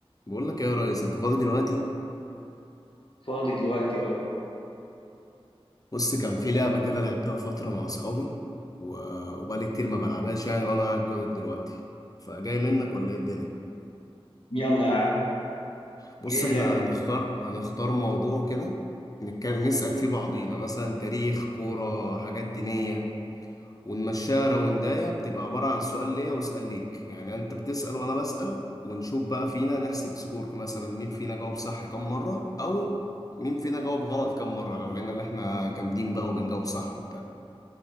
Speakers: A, on the left (about 35°); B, on the left (about 60°).
A: بقول لك إيه يا ريس انت فاضي دلوقتي
B: فاضي دلوقتي اه
A: بص كان في لعبه كده لعبتها فتره مع اصحابي و... وبقالي كتير ما بلعبهاش يعني وانا قاعد جاضد دلوقتي فجاي منك ولا ايه الدنيا
B: يلا يا عم
A: بص
B: ايه اللعبة
A: احنا هنختار هنختار موضوع كده نتكلم نسأل فيه بعضينا مثلا تاريخ كوره حاجات دينيه ونمشيها راوندايه بتبقى عبارة عن سؤال ليا وسؤال ليك يعني انت بتسأل وانا بسأل ونشوف بقى فينا نحسب سكور مثلا مين فينا جاوب صح كام مرة او مين فينا جاوب غلط كام مرة لو لقينا اللي احنا جامدين بقى وبنجاوب صح وبتاع